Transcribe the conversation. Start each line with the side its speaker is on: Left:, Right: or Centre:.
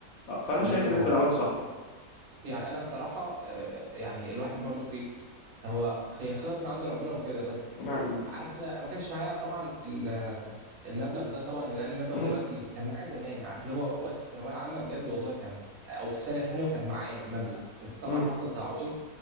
Left: اه فانا
Right: الله
Left: شايف
Right: ينور
Left: ان انت
Right: عليك
Left: اللي عملته صح
Right: يعني انا الصراحة آه، يعني الواحد برضو هو هي خطط من عند ربنا وكده بس
Left: ونعم بالله
Right: عارف انا ما كانش معايا طبعا ال- المبلغ ده طبعا لان المبلغ
Left: مم.
Right: دلوقتي كان معايا زمان عارف اللي هو وقت الثانويه العامه بجد والله كان او في ثانيه ثانوي وكان معايا المبلغ بس طبعا
Left: مم.
Right: حصل تعويم